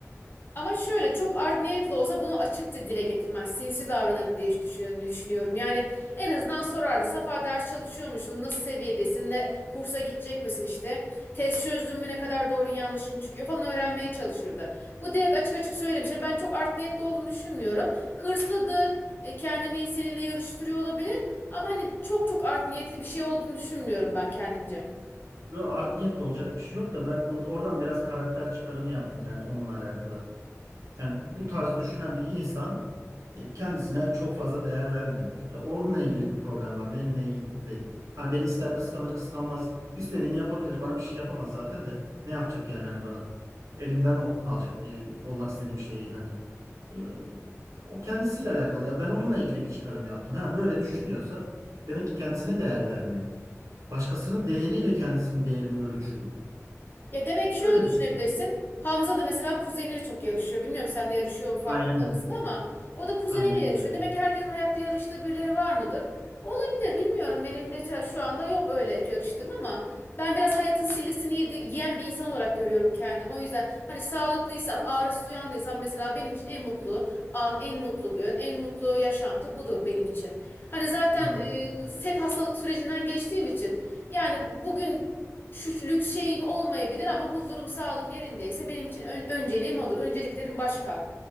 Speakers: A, on the left; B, on the right.
A: Ama şöyle çok art niyetli olsa bunu açıkça dile getirmen sinsi davranır diye düş- düşün- düşünüyorum. Yani en azından sorardı. Safa ders çalışıyor musun? Nasıl seviyedesin? Ne kursa gidecek misin işte? Test çözdün mü ne kadar doğrun yanlışın çıkıyor falan öğrenmeye çalışırdı. Bu direkt açık açık söylemişler. Ben çok art niyetli olduğunu düşünmüyorum. Hırslıdır. e, Kendini seninle yarıştırıyor olabilir. Ama hani çok çok art niyetli bir şey olduğunu düşünmüyorum ben kendimce.
B: Yo, art niyetle olacak bir şey yok da ben on- oradan biraz karakter çıkarımı yaptım yani onunla alakalı. Yani bu bu tarz düşünen bir insan e, kendisine çok fazla değer vermiyordur. Ya onunla ilgili bir problem var, benimle ilgili değil. Hani beni ister kıskanır kıskanmaz, istediğini yapabilir. Bana bir şey yapamaz zaten de ne yapacak yani hani bana? Elimden mi alacak e, olmak istediğim şeyi hani? Ee, O kendisiyle alakalı. Ya ben onunla ilgili bir çıkarım yaptım. Ha böyle düşünüyorsa demek ki kendisine değer vermiyor. Başkasının değeriyle kendisinin değerini ölçüyor.
A: Ya demek ki şöyle
B: Öyle
A: düşünebilirsin.
B: düşünüyorum.
A: Hamza da mesela kuzeniyle çok yarışıyor. Bilmiyorum seninle yarışıyor mu farkında
B: Aynen öyle.
A: mısın ama o da kuzeniyle
B: Aynen
A: yarışıyor.
B: öyle.
A: Demek ki herkesin hayatta yarıştığı birileri var mıdır? Olabilir bilmiyorum. Benim mesela şu anda yok öyle yarıştığım ama ben biraz hayatın sillesini yedi- yiyen bir insan olarak görüyorum kendimi. O yüzden hani sağlıklıysam, ağrısız uyandıysam mesela benim için en mutlu an, en mutlu gün, en mutlu yaşantı budur benim için. Hani zaten
B: Hı,
A: e, hep hastalık sürecinden geçtiğim için yani bugün şu lüks şeyim olmayabilir ama huzurum sağlığım yerindeyse benim için ön- önceliğim odur. Önceliklerim başka.